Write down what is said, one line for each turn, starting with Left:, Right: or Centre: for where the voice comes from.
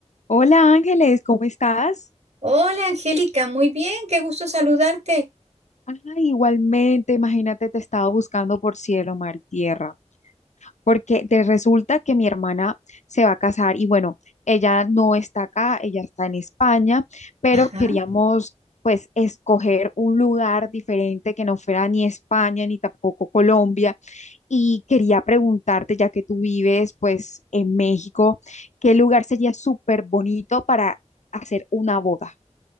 Left: Hola Ángeles, ¿cómo estás?
Right: Hola Angélica, muy bien, qué gusto saludarte.
Left: Ah, igualmente, imagínate, te estaba buscando por cielo, mar y tierra, porque te resulta que mi hermana se va a casar y bueno, ella no está acá, ella está en España, pero
Right: Ajá.
Left: queríamos pues escoger un lugar diferente que no fuera ni España ni tampoco Colombia y quería preguntarte, ya que tú vives pues en México, ¿qué lugar sería súper bonito para hacer una boda?